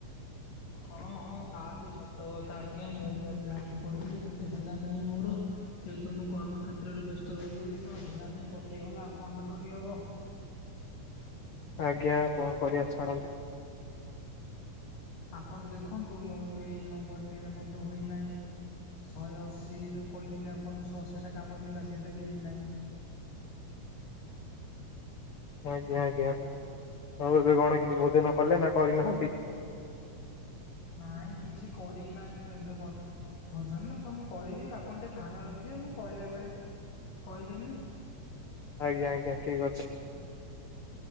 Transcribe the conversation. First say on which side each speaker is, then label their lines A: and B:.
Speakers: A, on the left; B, on the left.
A: ହଁ। ହଁ ହଁ ତା ବି ସତ କଥା ଆଜ୍ଞା ମୁଁ ବି ଆଜି ଲାଗି ପଡିଥିଲି କିନ୍ତୁ ହେଲା ନାହିଁ ମୋର। ସେ ତ ମୁଁ କର୍ମ କ୍ଷେତ୍ରରେ ବ୍ୟସ୍ତ ରହିଗଲି ତ ହେଲାନାଇଁ କଟିଗଲା ଆଉ କଣ ବା କରୀ ହବ?
B: ଆଜ୍ଞା କଣ କରିବା ଛାଡ଼ନ୍ତୁ।
A: ଆପଣ ଦେଖନ୍ତୁ ମୋର ଏଇ ନମ୍ବର ଟିରେ ମଧ୍ୟ ହୋଇନାହିଁ। ଶହେ ଅଶୀ ଯୋଉ କହିଥିଲେ ଆପଣ ଶହେ ଅଶୀଟା କାମ ଥିଲା ସେଇଟା ବି ହେଇନାହିଁ।
B: <inaudible> ଆଜ୍ଞା ଆଜ୍ଞା। ଆଉ ଏବେ କଣ କିଛି ଭୋଜନ କଲେ ନା କରିନାହାନ୍ତି?
A: ନାଇଁ କିଛି କରି ନାହିଁ ମୁଁ ଏବେ ବର୍ ଭୋଜନ ତ ମୁଁ କରିବି ଆପଣ ଟିକେ ଧାନ ରଖିବେ ମୁଁ କହିଲା ବେଳେ। କହିବେନି।
B: ଆଜ୍ଞା ଆଜ୍ଞା ଠିକ ଅଛି।